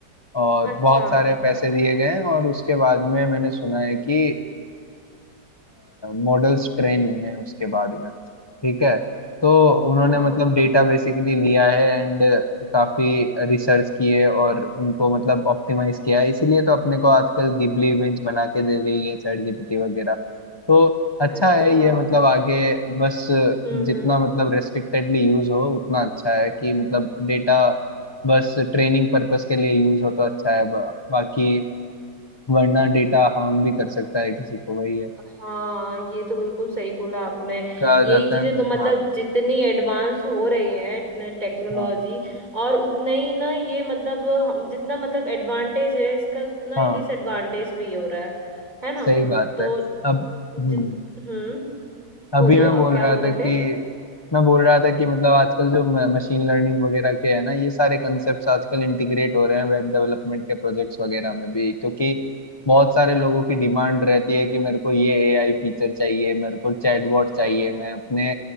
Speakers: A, on the left (about 25°); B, on the right (about 25°).
A: और
B: अच्छा
A: बहुत सारे पैसे दिए गए हैं और उसके बाद में मैंने सुना है कि मॉडल्स ट्रेन हुए हैं उसके बाद में ठीक है तो उन्होंने
B: हाँ
A: मतलब डेटा बेसिकली लिया है एंड काफी रिसर्च किए और उनको मतलब ऑप्टिमाइज किया है इसीलिए तो अपने को आजकल गिबली इमेज बना के दे रही है चैट जीपीटी वगैरह तो अच्छा
B: अच्छा
A: है ये मतलब आगे बस
B: हम्म
A: जितना
B: हम्म।
A: मतलब रेस्ट्रिक्टेडली यूज हो उतना अच्छा है कि मतलब डेटा बस ट्रेनिंग पर्पस के लिए यूज हो तो अच्छा है बा, बाकी वरना डेटा हार्म भी कर सकता है किसी को वही है
B: हाँ ये तो बिल्कुल सही बोला आपने
A: कहा
B: यही
A: जाता
B: चीजें
A: है ना
B: तो मतलब
A: हाँ
B: जितनी एडवांस हो रही है टेक्नोलॉजी
A: हाँ
B: और उतना ही ना ये मतलब हम जितना मतलब एडवांटेज है इसका उतना ही
A: हाँ
B: डिसएडवांटेज भी हो रहा है है ना
A: सही बात
B: तो
A: है अब हम्म
B: जित हम्म
A: अभी
B: बोलियो
A: मैं
B: आप
A: बोल
B: क्या
A: रहा
B: बोल
A: था
B: रहे
A: कि
B: थे
A: मैं बोल रहा था
B: हम्म
A: कि मतलब आजकल जो मशीन लर्निंग वगैरह के है ना ये सारे कॉन्सेप्ट्स आजकल इंटीग्रेट हो रहे हैं वेब डेवलपमेंट के प्रोजेक्ट्स वगैरह में भी क्योंकि बहुत सारे लोगों की डिमांड रहती है कि मेरे को ये एआई फीचर चाहिए मेरे को चैटबॉट चाहिए मैं अपने